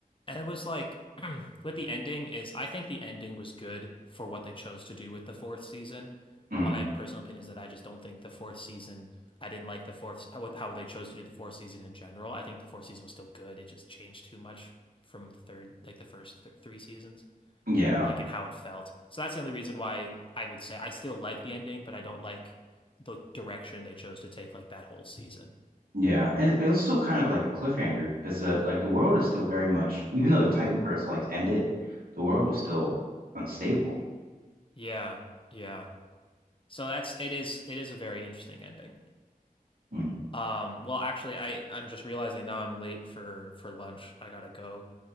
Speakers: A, on the left; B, on the right.
A: And it was like <clears throat> with the ending is I think the ending was good for what they chose to do with the fourth season.
B: Mm.
A: My personal opinion is that I just don't think the fourth season I didn't like the fourth how how they chose to do the fourth season in general. I think the fourth season was still good. It just changed too much from the third like the first th three seasons
B: Yeah.
A: like and how it felt. So that's the only reason why I would say I still like the ending, but I don't like the direction they chose to take like that whole season.
B: Yeah. And it was still kind of like a cliffhanger because uh, like the world is still very much even though the Titan curse like ended, the world was still unstable.
A: Yeah. Yeah. So that's it is it is a very interesting ending.
B: Mm.
A: Um, well, actually, I I'm just realizing now I'm late for for lunch. I gotta go.